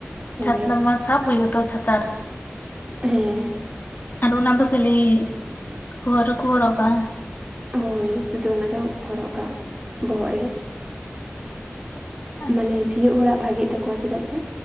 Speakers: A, on the right (about 20°); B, on the left (about 45°).
A: ᱦᱳᱭ
B: ᱪᱷᱟᱛᱟ ᱢᱟ ᱥᱟᱵ ᱦᱩᱭᱩᱜᱼᱟ ᱛᱚ ᱪᱷᱟᱛᱟᱨ
A: ᱦᱮᱸ
B: ᱟᱨ ᱚᱱᱟ ᱫᱚ ᱠᱷᱟᱹᱞᱤ ᱵᱚᱦᱚᱜ ᱨᱮᱠᱚ ᱦᱚᱨᱚᱜᱠᱟᱜ-ᱟ?
A: ᱦᱳᱭ ᱥᱩᱫᱩ ᱚᱱᱟ ᱫᱚ ᱦᱚᱨᱚᱜ ᱠᱟᱜ ᱵᱚᱦᱚᱜ ᱨᱮ᱾
B: ᱟᱪᱪᱷᱟ
A: ᱢᱟᱱᱮ ᱥᱤᱭᱳᱜ ᱦᱚᱲᱟᱜ ᱵᱷᱟᱜᱮᱜ ᱛᱮᱠᱚᱣᱟ ᱪᱤᱫᱟᱜ ᱥᱮ